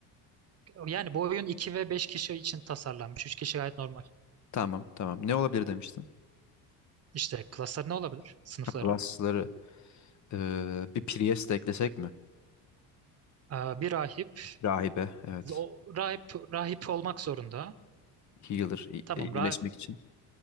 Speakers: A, on the right; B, on the left.
A: Yani bu oyun 2 ve 5 kişi için tasarlanmış. 3 kişi gayet normal.
B: Tamam tamam. Ne olabilir demiştin?
A: İşte klaslar ne olabilir? Sınıfları.
B: Ha, Klasları e, bir Priest de eklesek mi?
A: Eee, bir rahip,
B: Rahibe, evet.
A: O rahip rahip olmak zorunda.
B: Healer, i-
A: Tamam
B: e, iyileşmek
A: rahip
B: için.